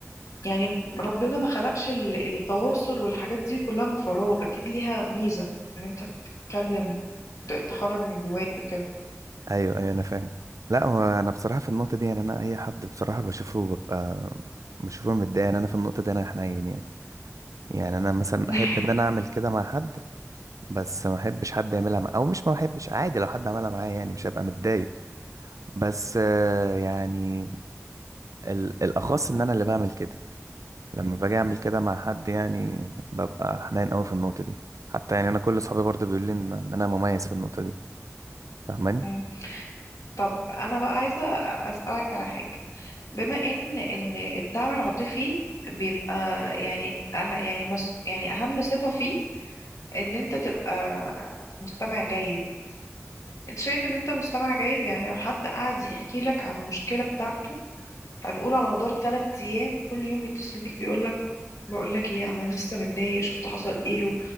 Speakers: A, on the left; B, on the right.
A: يعني ربنا ما خلقش ال- التواصل والحاجات دي كلها من فراغ اكيد ليها ميزة ان انت تتكلم ت- تخرج من جواك وكده
B: ايوه ايوه انا فاهم لا هو انا بصراحه في النقطه دي يعني انا اي حد بصراحه بشوفه ببقى بشوفه متضايق يعني انا في النقطه دي انا حنين يعني يعني انا مثلا
A: <laughs>
B: احب ان انا اعمل كده مع حد بس ما احبش حد يعملها مع... او مش ما احبش عادي لو حد عملها معايا يعني مش هبقى متضايق بس آه، يعني ال- الاخص ان انا اللي بعمل كده لما باجي اعمل كده مع حد يعني ببقى حنين قوي في النقطه دي حتى يعني انا كل اصحابي برضه بيقولوا لي ان إن انا مميز في النقطه دي فاهماني
A: مم. طب انا بقى عايزة اسألك على حاجة بما ان ان الدعم العاطفي بيبقى يعني أه يعني مس يعني اهم صفة فيه ان انت تبقى مستمع جيد انت شايف ان انت مستمع جيد يعني لو حد قعد يحكي لك عن المشكله بتاعته هنقول على مدار ثلاث ايام كل يوم بيتصل بيك بيقول لك بقول لك ايه انا لسه متضايق شفت حصل ايه و...